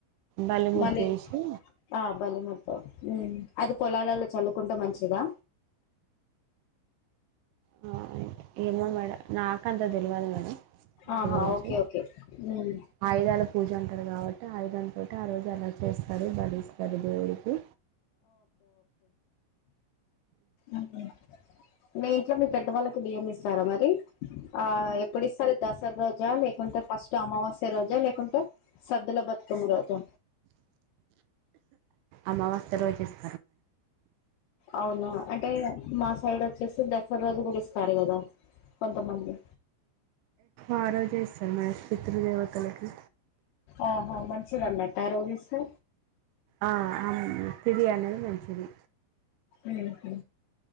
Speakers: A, on the right; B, on the left.
A: బలిముద్దేసి
B: మొన్నే ఆమ్ బలముతో ఊ అది పొలాల్లలో చల్లుకుంటే మంచిదగా
A: నా ఇంటికి ఏమో మేడం నాకంత తెలవదు మేడం వాటి
B: ఆహా
A: గురించి
B: ఓకే ఓకే ఉమ్
A: ఆయుధాల పూజ అం ఇక్కడ కాబట్టి ఆయుధాలు ఒకటి ఆ రోజు అలా చేస్తారు బలి అది దేవుడికి
B: ఊహు మీ ఇంట్లో మీ పెద్దవాళ్ళకు బియ్యం ఇస్తారా మరి ఆ ఎప్పుడిస్తారు దసరా రోజు లేకుంట ఫస్ట్ అమావాస్య రోజా లేకుంట సద్దలో బతుకమ్మ రోజా
A: అమావాస్య రోజు ఇస్త
B: అవునా అంటే మా సైడ్ వచ్చేసి దసరా రోజు కుడ ఇస్తారు కదా కొంతమంది
A: ఆ రోజే చేస్తారు మనస్ పితృ దేవతలకి
B: ఆహా మంచిదన్నట్టు ఆ రోజు ఇస్తే
A: ఆ ఆమ్ తిథి అనేది మంచిది
B: ఊహు